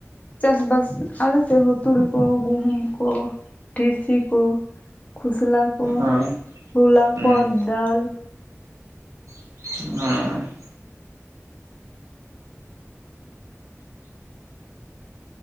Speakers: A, on the left; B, on the right.
A: ᱪᱟᱥᱵᱟᱥ ᱟᱞᱮ ᱥᱮᱫ ᱦᱚᱸ ᱛᱩᱲᱤ ᱠᱚ ᱜᱩᱦᱩᱢ ᱠᱚ, ᱴᱤᱥᱤ ᱠᱚ ᱠᱷᱚᱥᱞᱟ ᱠᱚ
B: ᱚᱸ
A: ᱪᱷᱚᱞᱟ
B: ᱦᱩᱸ
A: ᱠᱚ, ᱫᱟᱞ
B: <unintelligible>